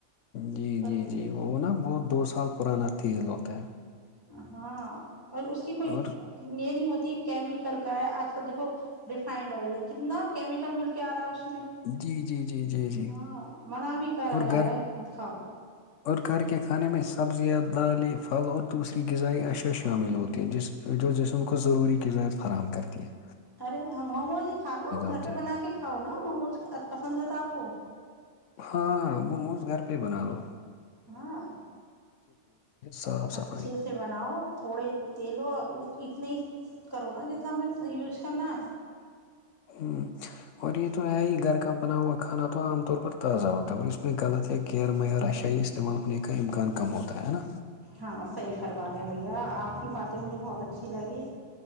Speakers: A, on the left (about 85°); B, on the right (about 20°).
A: جی
B: پر
A: جی
B: نہیں
A: جی وہ نا بت دو سال پرانا تھی وہ تو
B: ہاں اور اس کی کوئی
A: اور
B: یہ نہیں ہوتی کیمیکل کا ہے آج کل دیکو ریفائنڈ آئل ہے کتنا کیمیکل ملتا کیا رہا اس میں
A: جی جی جی جی جی
B: ہاں منع بھی کرا
A: اور
B: جا
A: گھر
B: رہا ہے کہ مت کھاؤ
A: اور گھر کے کھانے میں سبزیاں دالیں پھل اور دوسری غذائی اشیاء شامل ہوتی ہے جس جو جسم کو ضروری غذائیں فراہم کرتی ہیں
B: ارے موموز ہی کھا لو گھر
A: ہوتا
B: پہ
A: ہے
B: بنا کے کھاؤ نا موموز پسند ہے تو آپ کو
A: ہاں ب گھر پ بنو
B: ہاں
A: صاف صفائی
B: اچھے سے بناؤ تھوڑے تیلوں اتنے ہی کرو نا جتنا ہمیں یوز کرنا ہے
A: ہ اور یہ تو ہے ہی گھر ک بنا ہوا کھا تو عام طور پر تازہ ہوت ا وہ اس م میں غلط غیر معیارہ شاہ یہ استعمال ہونے کا امکان کم ہوا ہے نا
B: ہاں صحیح فرما رہے ہیں بھیا آپ کی باتیں مجھے بہت اچھی لگی